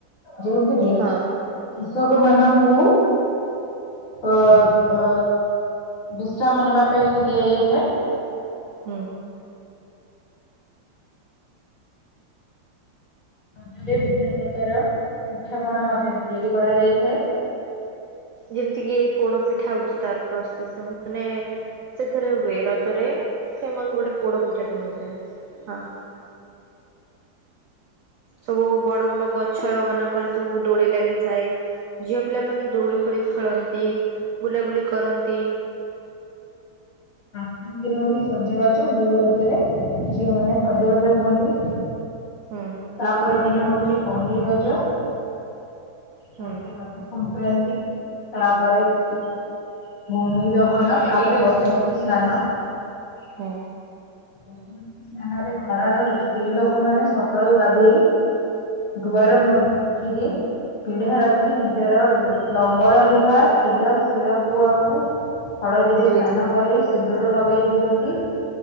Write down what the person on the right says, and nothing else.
ହଁ
ହୁଁ
ହୁଁ।
ଯେମିତିକିି ଏଇ ପୋଡପିଠା ହଉଚି ତାର ପ୍ରସିଦ୍ଧ ମାନେ ସେଥିରେ ହୁଏ। ରଜରେ ଫେମସ୍ ଗୋଟେ ପୋଡ଼ ପିଠାଟେ ହୋଇଥାଏ ହଁ। ସବୁ ବଡ ବଡ ଗଛ ମାନଙ୍କରେ ସବୁ ଦୋଳି ଲାଗିଥାଏ। ଝିଅ ପିଲାମାନେ ଦୋଳି ଫୋଳି ଖେଳନ୍ତି ବୁଲାବୁଲି କରନ୍ତି।
ହୁଁ।
ହୁଁ
ହଁ
ଏଇଟା ବି
ହୁଁ
ହୁଁ
ହୁଁ
ଜୋଇଥାନ୍ତି